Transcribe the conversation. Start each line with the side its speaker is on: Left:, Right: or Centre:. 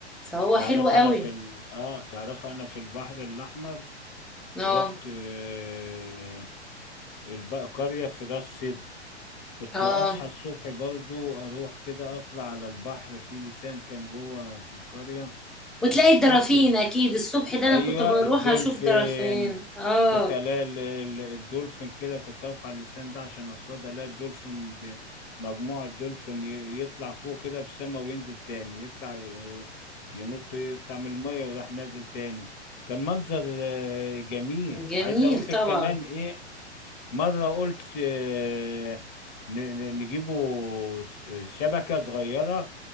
Centre: فهو
Left: تعرف
Centre: حلو قوي
Left: انا في ال... اه تعرف انا في البحر الاحمر
Centre: اه
Left: رحت آه، الب- قرية في راس سدر كنت
Centre: اه
Left: أصحى الصبح برضو أروح كده أطلع على البحر في لسان كان جوه في القرية
Centre: وتلاقي
Left: الصبح
Centre: الدرافين
Left: الس-
Centre: اكيد الصبح ده
Left: أيوة
Centre: انا كنت بروح
Left: الدولفين
Centre: اشوف درافين اه
Left: كنت ألاقي ال- ال- الدولفين كده كنت أقف على اللسان ده عشان أصطاد ألاقي الدولفين ب- مجموعة دولفين ي- يطلع فوق كده بالسما وينزل تاني يطلع ي- ينط يطلع من المية وراح نازل تاني كان منظر آه، جميل
Centre: جميل
Left: عايز اقول
Centre: طبعا
Left: لك كمان ايه مرة قلت آه، ن- ن- نجيبه س- شبكة صغيرة